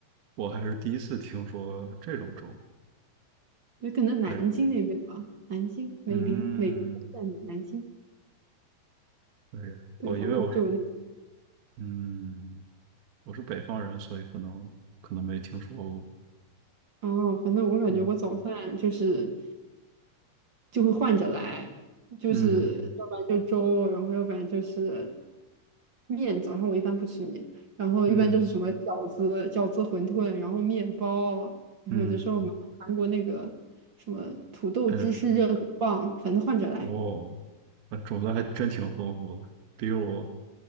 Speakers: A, on the right; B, on the right.
A: 我还是第一次听说这种粥。
B: 对，可能南京那边吧，
A: 对，
B: 南京美龄，
A: 嗯，
B: 美龄在南京。
A: 对，
B: 对，
A: 哦，
B: 反正就有那种
A: 因为我是，嗯，我是北方人，所以可能可能没听说过。
B: 哦，反正我感觉我早饭就是
A: 嗯
B: 就会换着来，就是要不然就粥，
A: 嗯
B: 然后要不然就是面。早上我一般不吃面，然后一般就是什么饺子、
A: 嗯
B: 饺子、馄饨，然后面包，然后有的时候买韩国那个什么土豆芝士热狗棒，
A: 嗯，呃，
B: 反正换着来。
A: 哇哦，呃，种类还真挺丰富的，比我